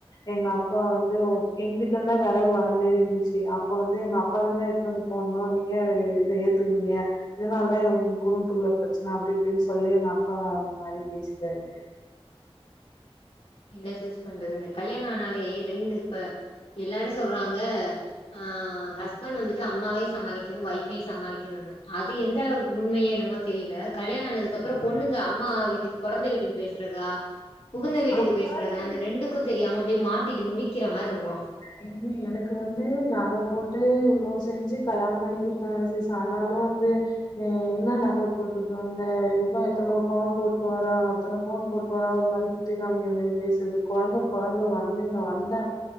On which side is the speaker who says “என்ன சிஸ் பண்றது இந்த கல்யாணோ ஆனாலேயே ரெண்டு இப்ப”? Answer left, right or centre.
Left